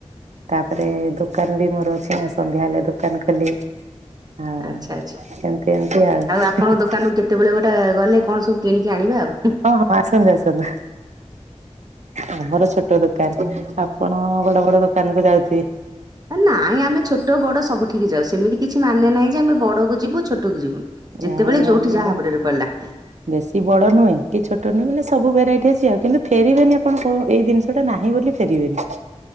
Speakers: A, on the right; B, on the right.
A: ତାପରେ ଦୋକାନ ବି ମୋର ଅଛି ନା ସନ୍ଧ୍ୟା ହେଲେ ଦୋକାନ ଖୋଲିବି। ଆଉ
B: ଆଚ୍ଛା ଆଚ୍ଛା
A: ଏମତି ଏମିତି ଆଉ।
B: ଆପଣଙ୍କ ଦୋକାନକୁ କେତେବେଳେ ଗୋଟେ ଗଲେ କଣ ସବୁ କିଣିକି ଆଣିବା ଆଉ।
A: ହଁ ହଁ ଆସନ୍ତୁ ଆସନ୍ତୁ ଆମର ଛୋ ଟ ଦୋକାନ ଆପଣ ବଡ ବଡ ଦୋକାନୁକୁ ଯାଉଥିବେ।
B: ହେ ନାଇଁ ଆମେ ଛୋଟ ବଡ ସବୁଠିକି ଯାଉ ସେମିତି କିଛି ମାନେ ନାହିଁ ଯେ ଆମେ ବଡକୁ ଯିବୁ ଛୋଟକୁ ଯିବୁନୁ। ଯେତେବେଳେ
A: ଆଉ
B: ଯୋଉଠି
A: ଆମର
B: ଯାହା ହାବୁଡରେ ପଡିଲା।
A: ବେଶୀ ବଡ ନୁହେଁ କି ଛୋଟ ନୁହେଁ ମାନେ ସବୁ ଭେରାଇଟି ଅଛି ଆଉ କିନ୍ତୁ ଫେରିବେନି ଆପଣ କୋ ଏଇ ଜିନିଷ ସେ ଗୋଟାକ ନାହିଁ ବୋଲି ଫେରିବେନି।